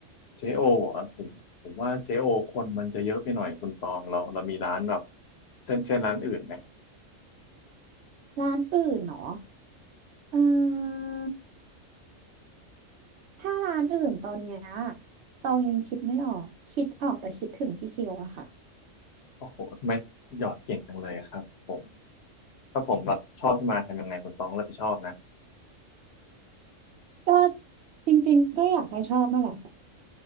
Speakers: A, on the left; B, on the right.
A: เจโอเหรอะผมผมว่าเจโอคนมันจะเยอะไปหน่อยคุณตองเราเรามีร้านแบบเส้นเส้นร้านอื่นไหม
B: ร้านอื่นเหรอเออถ้าร้านอื่นตอนเนี้ยตองยังคิดไม่ออกคิดออกแต่คิดถึงพี่คิวอะค่ะ
A: โอ้โหทำไมหยอดเก่งจังเลยครับผมถ้าผมแบบชอบขึ้นมาทำยังไงคุณตองรับผิดชอบนะ
B: ก็จริงๆก็อยากให้ชอบนั่นแหละค่ะ